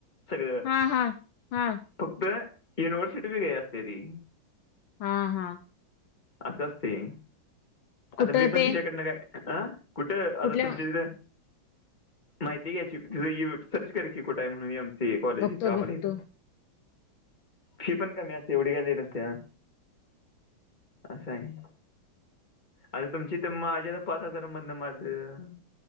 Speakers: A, on the left (about 20°); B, on the left (about 75°).
A: सगळं
B: हा हा हा
A: फक्त युनिव्हर्सिटी वेगळी असत्या ती.
B: हा हा.
A: असं असते
B: कुठं
A: आता मी पण
B: ते
A: तिच्याकडनं काय अं कुठे आता
B: कुठल्या
A: तुमच्या तिथे. माहिती घ्यायची तिथं य सर्च करा की कुठाय म्हणूनम यम कॉलेज
B: बघतो
A: इथ आपल्या
B: बघतो.
A: इथं फी पण कमी असते एवढी काय लय नसत्या. असं आहे. आर तुमची ते माझ्याता पाच हजार मदन माझं.